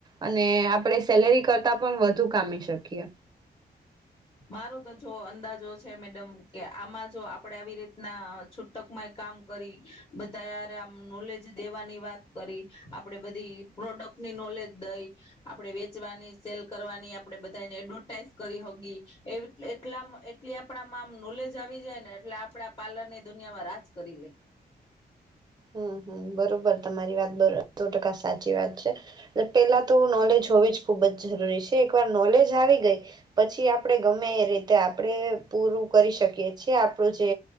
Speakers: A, on the right (about 25°); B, on the left (about 25°).
A: અને આપણે સેલેરી કરતા પણ વધુ કામી શકીએ.
B: મારો તો જો અંદાજો છે મેડમ કે આમાં જો આપડે આવી રીતના છૂટકમાંય કામ કરી બધાારે આમ નોલેજ દેવાની વાત કરી આપડે બધી પ્રોડક્ટની નોલેજ દઈ આપડે વેચવાની સેલ કરવાની આપડે બધાને એડવર્ટાઈઝ કરી હગ એ એટલા એટલી આપણામાં આમ નોલેજ આવી જાય ને એટલે આપડા પા્લનની દુનિયામાં રાજ કરી લે.
A: હમ હમ બરોબર તમારી વાત બરોબર સો ટકા સાચી વાત છે. એલે પેલા તો નોલેજ હોવી જ ખુબ જ જરૂરી છે એકવાર નોલેજ આવી ગઈ પછી આપડે ગમે એ રીતે આપણે પૂરું કરી શકીએ છેએ આપણું જે